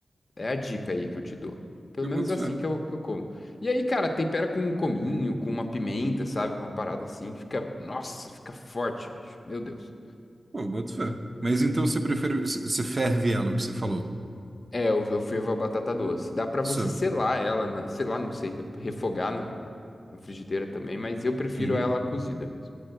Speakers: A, on the left; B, on the right.
A: É a dica aí que eu te dou. Pelo
B: Eu
A: menos
B: boto
A: é
B: fé.
A: assim que eu, que eu como. E aí, cara, tempera com um cominho, com uma pimenta, sabe? Uma parada assim. Fica. Nossa, fica forte, bicho. Meu Deus.
B: Pô, eu boto fé. Mas então você prefere. c- Você ferve ela, o que você falou?
A: É, eu, eu fervo a batata doce. Dá pra
B: Isso.
A: você selar ela, na, sei lá, não sei, refogar na, na, na frigideira também, mas eu prefiro
B: Uhum.
A: ela cozida mesmo.